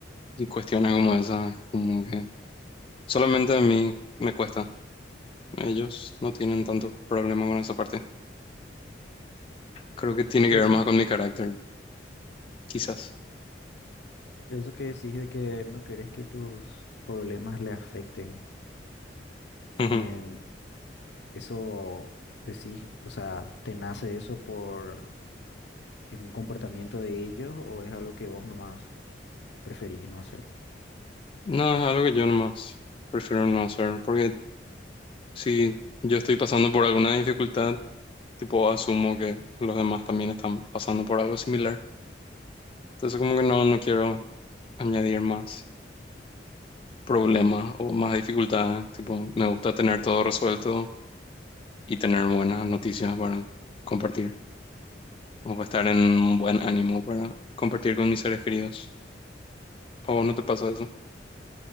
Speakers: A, on the left (about 30°); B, on the left (about 70°).
A: y cuestiones como esas, como que solamente a mí me cuesta. Ellos no tienen tanto problema con esa parte. Creo que tiene
B: Por
A: que ver
B: eso,
A: más con mi carácter, quizás.
B: por eso que decís de que no querés que tus problemas le afecten.
A: Ujú.
B: En eso decís, o sea, ¿te nace eso por un comportamiento de ellos o es algo que vos nomás preferís no hacer?
A: No, es algo que yo nomás prefiero no hacer, porque si yo estoy pasando por alguna dificultad, tipo asumo que los demás también están pasando por algo similar. Entonces como que no, no quiero añadir más problemas o más dificultades. Tipo, me gusta tener todo resuelto y tener buenas noticias para compartir. o estar en un buen ánimo para compartir con mis seres queridos. ¿A vos no te pasa eso?